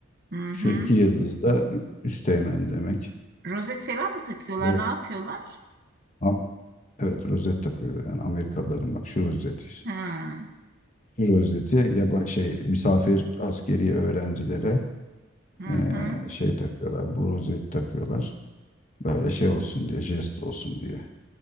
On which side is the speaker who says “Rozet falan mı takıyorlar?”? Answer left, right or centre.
Right